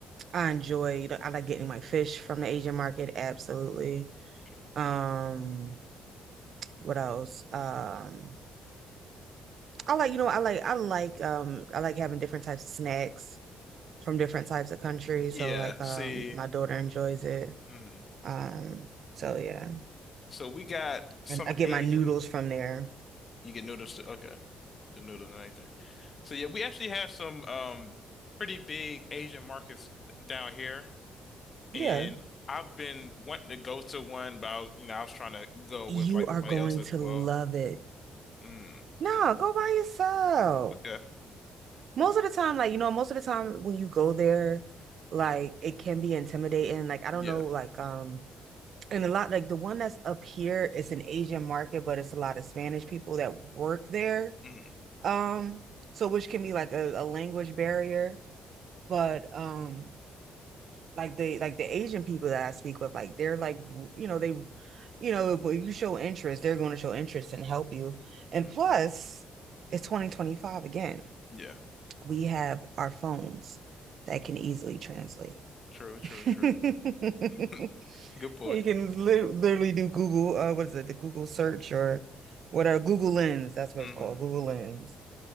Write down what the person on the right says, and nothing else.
I enjoy, you know, I like getting my fish from the Asian market, absolutely.
Um what else? Um I like, you know, I like I like um I like having different types of snacks from different types of countries.
So like um
my daughter enjoys it.
Um so yeah.
And I get
my noodles from there.
Yeah.
You
are
going
to
love it.
No, go by yourself.
Most of the time, like, you know, most of the time when you go there, like it can be intimidating. Like, I don't
know, like um and a lot like the one that's up here, it's an Asian market, but it's a lot of Spanish people that work there.
Um, so which can be like a, a language barrier, but um like the like the Asian people that I speak with, like they're like you know, they you know, if if you show interest, they're going to show interest and help you.
And plus, it's 2025 again.
We have our phones that can easily translate.
<laughs>
You can li literally do Google, uh, what is it, the Google search or what are Google Lens? That's what
it's called, Google Lens